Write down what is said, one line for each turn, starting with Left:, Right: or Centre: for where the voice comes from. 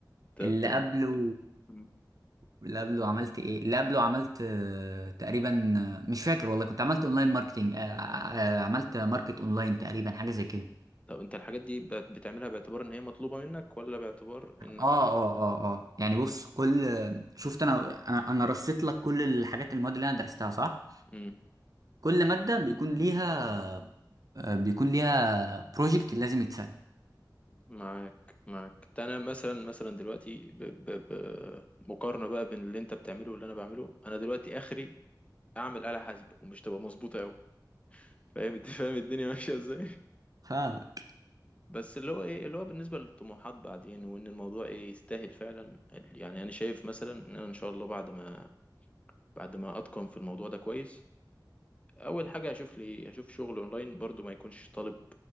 Left: انت انت
Right: <laughs> اللي قبله
Left: مم.
Right: اللي قبله عملت ايه اللي قبله عملت آه، تقريبا آه، مش فاكر والله كنت عملت اونلاين ماركتينج آه، آه، آه، عملت ماركت اونلاين تقريبا حاجة زي كده
Left: طب انت الحاجات دي بت- بتعملها باعتبار ان هي مطلوبة منك ولا باعتبار
Right: اه
Left: انك
Right: اه اه اه يعني بص كل شفت انا انا انا رصيت لك كل الحاجات المواد اللي انا درستها صح
Left: مم.
Right: كل ماده بيكون ليها آه، بيكون ليها بروجكت لازم يتسال
Left: معاك معاك ده. انا مثلا مثلا دلوقتي ب... ب... ب... مقارنة بقى بين اللي انت بتعمله واللي انا بعمله انا دلوقتي اخري اعمل آلة حاسبة ومش تبقى مظبوطة قوي فاهم انت فاهم الدنيا ماشية ازاي
Right: فاهمك
Left: بس اللي هو ايه اللي هو بالنسبة للطموحات بعدين وان الموضوع ايه يستاهل فعلا ال- يعني انا شايف مثلا ان انا ان شاء الله بعد ما بعد ما اتقن في الموضوع ده كويس اول حاجة هشوف لي هشوف شغل اونلاين برضو ما يكونش طالب